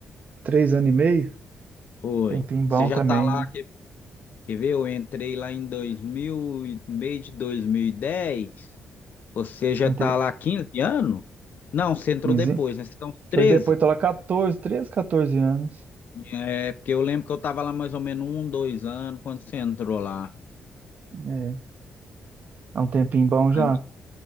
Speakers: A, on the right; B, on the left.
A: três anos e meio,
B: Foi.
A: tempinho bom
B: Você já
A: também,
B: tá lá,
A: né?
B: quer, quer ver? Eu entrei lá em 2000, e- meio de dois mil e dez Você já
A: Entre
B: está lá há 15 anos? Não, você entrou
A: quinze
B: depois, né? Você tá uns 13?
A: Foi depois, tô lá 14, 13, 14 anos.
B: É, porque eu lembro que eu estava lá mais ou menos um, dois anos quando você entrou lá.
A: É, é um tempinho bom já.
B: Aí,